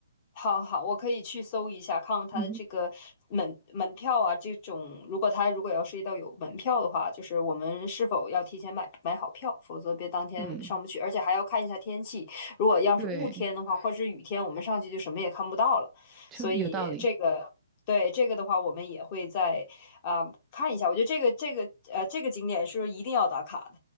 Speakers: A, on the left (about 35°); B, on the right (about 15°).
A: 好好，我可以去搜一下，看看它的这个门门票啊，
B: 嗯哼，
A: 这种如果它如果要涉及到有门票的话，就是我们是否要提前买买好票，否则别当天上不去，
B: 嗯，
A: 而且还要看一下天气，如果要是雾天的话，
B: 对，
A: 或者是雨天，我们上去就什么也看不到了，
B: 就有道理。
A: 所以这个。对这个的话，我们也会在啊、看一下。我觉得这个这个呃这个景点是一定要打卡的。